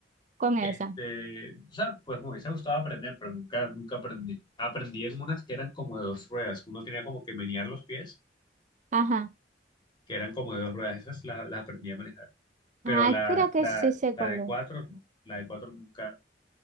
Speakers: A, on the right; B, on the left.
A: con
B: Este,
A: esa.
B: o sea, pues me hubiese gustado aprender, pero nunca, nunca aprendí. Aprendí en unas que eran como de dos ruedas, que uno tenía como que menear los pies,
A: Ajá.
B: que eran como de dos ruedas, esas las, las aprendí a manejar. Pero
A: Ah,
B: la,
A: creo que
B: la,
A: sí sé
B: la
A: cuál
B: de
A: es.
B: cuatro, no, la de cuatro nunca,